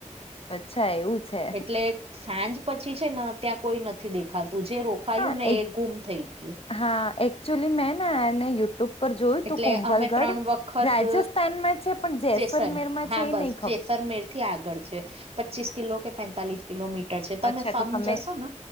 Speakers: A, on the left; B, on the right.
A: અચ્છા એવું. છે
B: એટલે સાંજ પછી છે ને ત્યાં કોઈ નથી દેખાતું જે રો કાયું
A: હા
B: ને
A: એક
B: એ ગુમ થઈ ગયું.
A: હા એક્ચુલી મેં ને એને યુ ટુબ ઉપર જોયું તું
B: એટલે
A: કુંભલગઢ
B: અમે ત્રણ વખત
A: રાજસ્થાનમાં એ છે પણ જેસલમેરમાં
B: જેસર હા
A: છે એ
B: બસ
A: નઈ
B: જેસરમેર થી આગળ છે પચીસ કિલો કે પેતાલીસ કિલોમી તમે
A: અચ્છા
B: સમજશો
A: તો તમે
B: ને